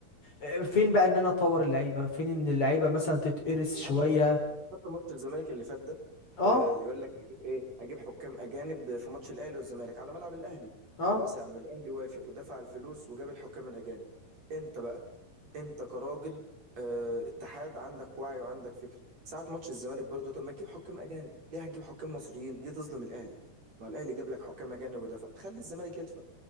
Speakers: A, on the left; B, on the right.
A: آه، فين بقى ان انا اطور اللعيبه فين ان اللعيبه مثلا تتقرس
B: يا
A: شويه
B: عم حتى ماتش الزمالك اللي فات ده
A: اه
B: آه، يقول لك هجيب ايه هجيب حكام اجانب في ماتش الاهلي والزمالك على ملعب الاهلي
A: اه
B: خلاص يا عم الاهلي وافق ودفع الفلوس وجاب الحكام الاجانب انت بقى انت كراجل آه، اتحاد عندك وعي وعندك فكر ساعة ماتش الزمالك برضو طب ما تجيب حكام اجانب ليه هتجيب حكام مصريين ليه تظلم الاهلي ما هو الاهلي جاب لك حكام اجانب ودفع خلي الزمالك يدفع